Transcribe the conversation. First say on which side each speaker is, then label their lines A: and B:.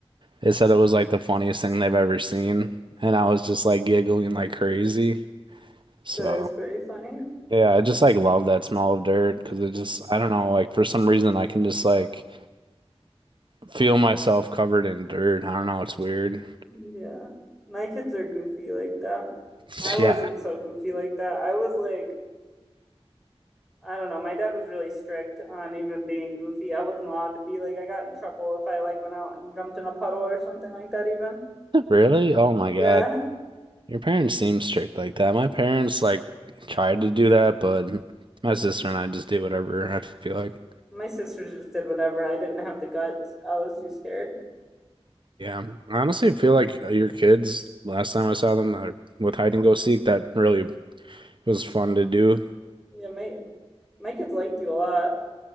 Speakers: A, on the right (about 50°); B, in the centre.
A: they said it was like the funniest thing they've ever seen, and I was just like giggling like crazy. So
B: That is pretty funny.
A: yeah, I just like love that smell of dirt because it just
B: Mm.
A: I don't know like for some reason I can just like feel myself covered in dirt. I don't know, it's weird.
B: Yeah. My kids are goofy like that.
A: <laughs>
B: I wasn't
A: Yeah,
B: so goofy like that. I was like, I don't know, my dad was really strict on even being goofy. I wasn't allowed to be like I got in trouble if I like went out and jumped in a puddle or something like that even.
A: really? Oh my
B: Yeah.
A: God. Your parents seem strict like that. My parents like tried to do that, but my sister and I just did whatever I feel like.
B: My sisters just did whatever. I didn't have the guts. I was too scared.
A: Yeah, I honestly feel like your kids, last time I saw them uh, with hide and go seek, that really was fun to do.
B: Yeah, my my kids liked you a lot.